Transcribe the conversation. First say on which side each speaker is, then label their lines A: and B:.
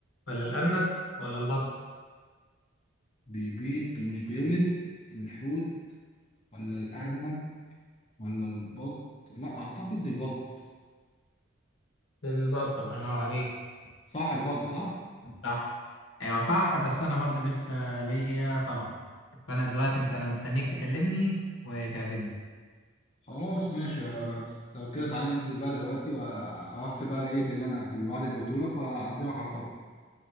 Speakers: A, on the left; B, on the left.
A: ولا الأرنب ولا البط
B: بيبيض ومش بيولد الحوت ولا الارنب ولا البط لا اعتقد البط
A: البط الله ينور عليك
B: صح البط صح
A: صح ايوه صح بس انا برضه لسه ليا طبق فانا دلوقتي انت انا مستنيك تكلمني وتعزمني
B: خلاص ماشي آه، لو كده تعالى ننزل بقى دلوقتي واوفي بقى ايه باللي انا بالوعد اللي قلته لك واعزمك على طبق